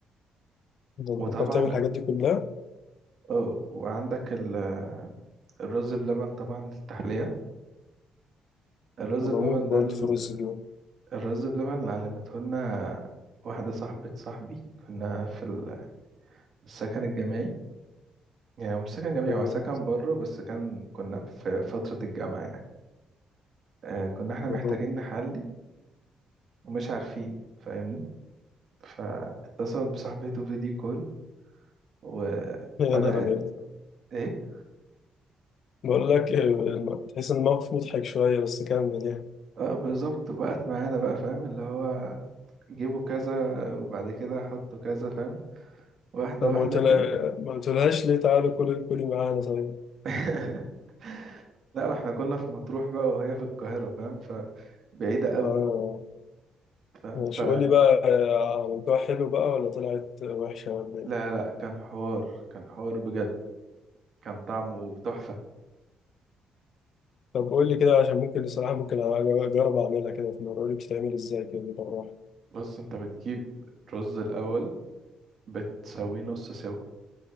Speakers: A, on the left; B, on the right.
A: إذا انت
B: وطبعا
A: بتعرف تعمل الحاجات دي كلها
B: اه وعندك ال الرز بلبن طبعا للتحلية الرز
A: أنا
B: بلبن
A: بموت
B: ده
A: برضه
B: ال-
A: في الرز اليوم
B: الرز بلبن اللي علمته لنا واحدة صاحبة صاحبي كنا في ال- السكن الجامعي يعني هو مش سكن جامعي
A: <laughs> أوه.
B: هو سكن بره بس كان كنا في فترة الجامعة يعني آه كنا احنا محتاجين
A: أوه.
B: نحلي ومش عارفين فاهمني فاتصل بصاحبته فيديو كول وبدأت
A: يا نهار أبيض
B: ايه
A: بقول لك آه، تحس إن الموقف مضحك شوية بس كمل يعني
B: اه بالظبط وبقت معانا بقى فاهم اللي هو جيبوا كذا وبعد كده حطوا كذا فاهم واحدة
A: طب
B: واحدة
A: ما قلت لها
B: كده
A: ما قلتلهاش ليه تعالى كلي كلي معانا طيب
B: <laughs> لا واحنا كنا في مطروح بقى وهي في القاهرة فاهم فبعيدة قوي
A: آه
B: فاهم
A: ماشي
B: ف
A: قول لي بقى آه، عملتوها حلو بقى ولا طلعت وحشة ولا إيه؟
B: لا لا كان حوار كان حوار بجد كان طعمه تحفة
A: طب قول لي كده عشان ممكن الصراحة ممكن أجرب أعملها كده في مرة قول لي بتتعمل إزاي كده بالراحة
B: بص انت بتجيب رز الأول بتسويه نص سوا